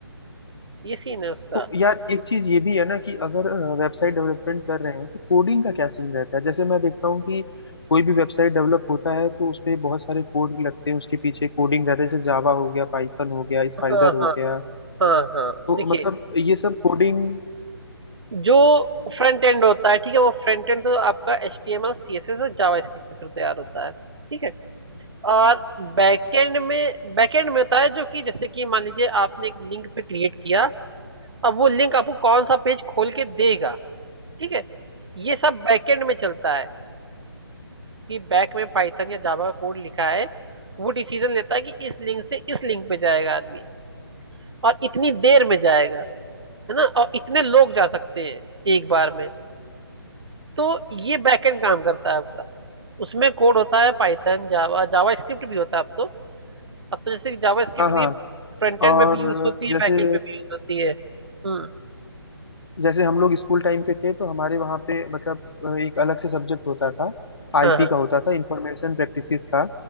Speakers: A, on the right; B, on the left.
A: ये सीन है उसका
B: तो यार एक चीज ये भी है ना कि अगर वेबसाइट डेवलपमेंट कर रहे हैं तो कोडिंग का क्या सीन रहता है जैसे मैं देखता हूँ कि कोई भी वेबसाइट डेवलप होता है तो उसपे बहुत सारे कोड लगते हैं उसके पीछे कोडिंग रहता है जैसे जावा हो गया पाइथन हो गया स्पाइडर
A: हाँ
B: हो
A: हाँ
B: गया
A: हाँ हाँ
B: तो
A: देखिए
B: मतलब ये सब कोडिंग
A: जो फ्रंट एंड होता है ठीक है वो फ्रंट एंड तो आपका एच टी एम एल सी एस एस और जावा स्क्रिप्ट के थ्रू तैयार होता है ठीक है और बैकएंड में बैकएंड में होता है जो कि जैसे कि मान लीजिए आपने एक लिंक पे क्रिएट किया अब वो लिंक आपको कौन सा पेज खोल के देगा ठीक है ये सब बैकएंड में चलता है कि बैक में पाइथन या जावा का कोड लिखा है वो डिसीजन लेता है कि इस लिंक से इस लिंक पे जाएगा आदमी और इतनी देर में जाएगा है ना और इतने लोग जा सकते हैं एक बार में तो ये बैकएंड काम करता है आपका उसमें कोड होता है पाइथन जावा जावा स्क्रिप्ट भी होता है अब तो अब तो जैसे जावा स्क्रिप्ट
B: हाँ हाँ
A: भी फ्रंट एंड
B: और
A: में भी यूज होती है
B: जैसे
A: बैक एंड में भी यूज होती है हम्म
B: जैसे हम लोग स्कूल टाइम पे थे तो हमारे वहाँ पे मतलब अ, एक अलग से सब्जेक्ट होता था आईपी
A: हाँ हाँ
B: का होता था इंफॉर्मेशन प्रैक्टिसेस का